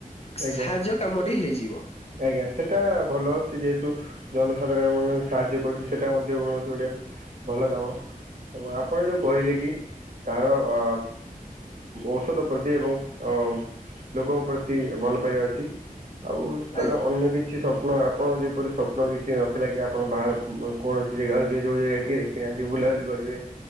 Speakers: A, on the right (about 60°); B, on the left (about 45°).
A: ଆଜ୍ଞା
B: ସାହାଯ୍ୟ କାମଟି ହେଇଯିବ।
A: ଆଜ୍ଞା ସେଟା ଭଲ ସେ ଯେହେତୁ ଜନ ସାଧାରଣ ମାନଙ୍କୁ ସାହାଯ୍ୟ କରୁଛି ସେଟା ମଧ୍ୟ କୌଣସି ଗୋଟେ ଭଲ କାମ। ଏବଂ ଆପଣ ଯୋଉ କହିଲେ କି ତାର ଅ ଔଷଧ ପ୍ରତି ଏବଂ ଅ ଲୋକଙ୍କ ପ୍ରତି ଏ ଭଲ ପାଇବା ଅଛି ଆଉ ତାର
B: ଆଜ୍ଞା
A: ଅନ୍ୟ କିଛି ସ ଆପ ଆପଣଙ୍କ ଯେପରି ସ୍ୱପ୍ନ କିଛି ନଥିଲା କି ଆପଣ ବାହାର କୌଣସି ଜାଗା <unintelligible> ଯୋଉ ଜାଗା କି ଦେଖିନାହାନ୍ତି ବୋଲି ବୁଲାବୁଲି କରିବେ